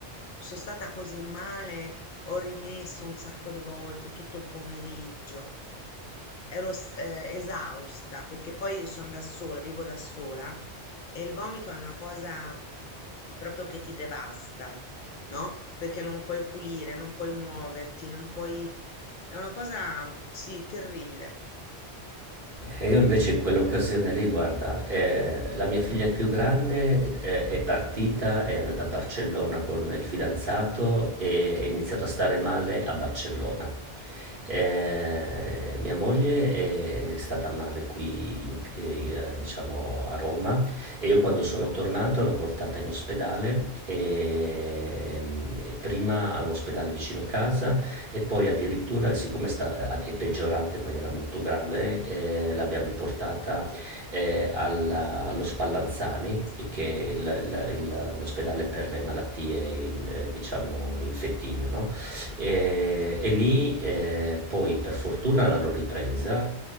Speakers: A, on the left; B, on the right.
A: Sono stata così male, ho rimesso un sacco di volte tutto il pomeriggio. Ero s- eh, esausta perché poi sono da sola, vivo da sola e il vomito è una cosa proprio che ti devasta, no? Perché non puoi pulire, non puoi muoverti, non puoi è una cosa, sì, terribile.
B: E io invece in quell'occasione lì, guarda, eh, la mia figlia più grande eh, è partita, è andata a Barcellona con il fidanzato e è iniziato a stare male a Barcellona. Eh, mia moglie è stata male qui, in- eh, diciamo, a Roma e io
A: Mhm.
B: quando sono tornato l'ho portata in ospedale, e, mm, prima all'ospedale vicino casa e poi addirittura, siccome sta- eh, è peggiorata in maniera molto grave, eh, l'abbiamo portata eh, alla- allo Spallanzani, e che è il- il- il- l'ospedale per le malattie, eh, diciamo, infettive, no? E, e lì eh, poi per fortuna l'hanno ripresa,